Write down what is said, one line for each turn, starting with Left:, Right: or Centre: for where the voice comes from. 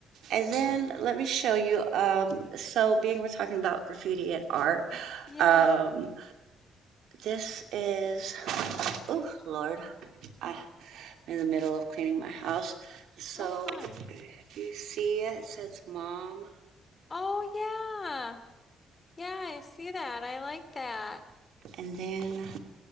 Right: And then let me show you. Um, so, being we're talking about graffiti and art,
Left: Yeah.
Right: um, this is, oh Lord, I'm in the middle of cleaning my house. So,
Left: Oh, fun.
Right: you see it, says mom.
Left: Oh, yeah. Yeah, I see that. I like that.
Right: And then,